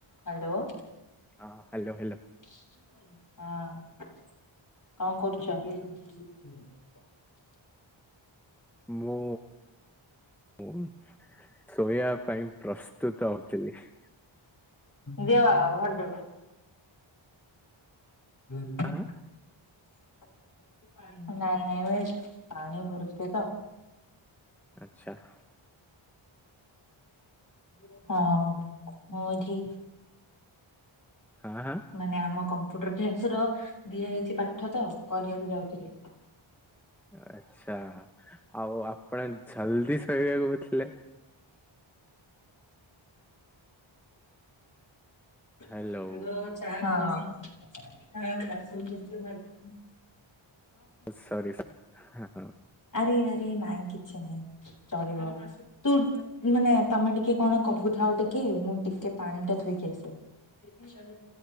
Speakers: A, on the left; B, in the centre.
A: Hello.
B: ହଁ।
A: ହଁ।
B: Hello hello
A: କଣ କରୁଛ? <inaudible>
B: ମୁଁ ମୁଁ ସୋୟା ପାଇଁ ପ୍ରସ୍ତୁତ ହଉଥିଲି ।
A: ଦିଅବା <unintelligible> ଭଡ଼ଉ । <inaudible> ଦିଅନି ଦେ <unintelligible>
B: ହଁ
A: <unintelligible> ପାଣି ନାଇଁ ନାଇଁ ଭାଇ ପାଣି ଭରୁଚ଼ି ତ ।
B: ଆଚ୍ଛା ।
A: <inaudible> ହଁ ମୁଁ ଏଠି
B: ହଁ ହଁ
A: ମାନେ ଆମ କମ୍ ଫୁଡର କେସ ର ଦିଆ ହେଇଛି ପାଠ ତ କରିବାକୁ ଯାଉଥିଲି ।
B: <inaudible> ଆଚ୍ଛା ଆଉ ଆପଣ ଝଲଦି ଶୋଇବାକୁ କଉଥିଲେ ।
A: <inaudible>
B: ହ୍ୟାଲୋ।
A: ଆଗ ଚା ହଁ <inaudible> ହଁ ବାସନ ଜେଜେ ମାଜି
B: ସରି ସା ହାଁ ।
A: ଆରେ ଆରେ ନାଇଁ କିି ଛି ନାଇଁ ଚଳିବ। ତୁ ମାନେ ତମେ ଟିକେ କଣ କହୁଥାଅ ଟିକେ, ମୁଁ ଟିକେ ପାଣି ଟା ଥୋଇକି ଆସେ । ତମେ